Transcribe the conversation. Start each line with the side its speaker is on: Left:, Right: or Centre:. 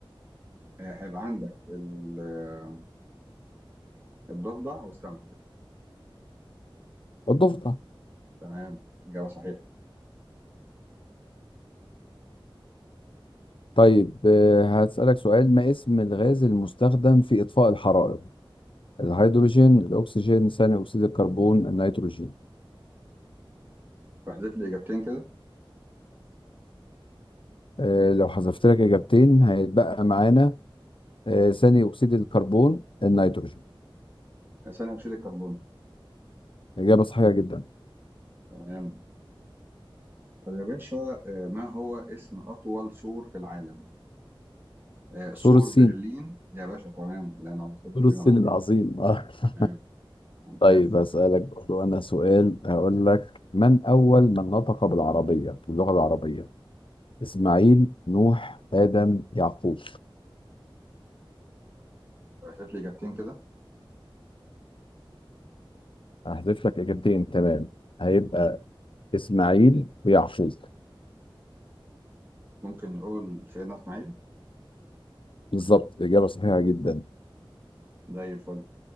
Right: آه، هيبقى عندك ال- آه، الضفدع والسمك
Left: الضفدع.
Right: تمام إجابة صحيحة
Left: طيب آه، هسألك سؤال ما اسم الغاز المستخدم في إطفاء الحرائق؟ الهيدروجين، الأكسجين، ثاني أكسيد الكربون، النيتروجين.
Right: فاحذف لي إجابتين كده
Left: آه، لو حذفت لك إجابتين هيتبقى معانا آه، ثاني أكسيد الكربون، النيتروجين.
Right: آه، ثاني أكسيد الكربون
Left: إجابة صحيحة جدا.
Right: تمام طب يا باشا آه، ما هو اسم أطول سور في العالم؟ آه، سور
Left: سور الصين
Right: برلين يا باشا تمام لأن هو سور
Left: سور
Right: الصين
Left: الصين
Right: العظيم
Left: العظيم <laughs>
Right: تمام ممتاز
Left: طيب أسألك برضو أنا سؤال هقول لك من أول من نطق بالعربية باللغة العربية إسماعيل نوح آدم يعقوب
Right: طب احذف لي إجابتين كده
Left: هحذف لك إجابتين تمام هيبقى إسماعيل ويعقوب
Right: ممكن نقول سيدنا إسماعيل
Left: بالظبط إجابة صحيحة جدا
Right: زي الفل